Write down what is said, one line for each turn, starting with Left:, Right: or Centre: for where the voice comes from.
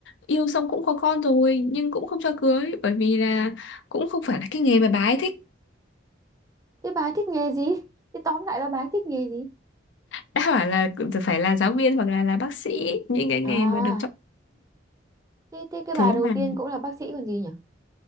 Left: yêu xong cũng có con rồi nhưng cũng không cho cưới bởi vì là cũng không phải là cái nghề mà bà ấy thích
Right: thế bà ấy thích nghề gì thế tóm lại là bà ấy thích nghề gì
Left: đã bảo là phải là giáo viên hoặc là là bác sĩ những cái nghề
Right: à
Left: mà được chọn
Right: thế, thế cái
Left: thế
Right: bà đầu
Left: là
Right: tiên cũng là bác sĩ còn gì nhỉ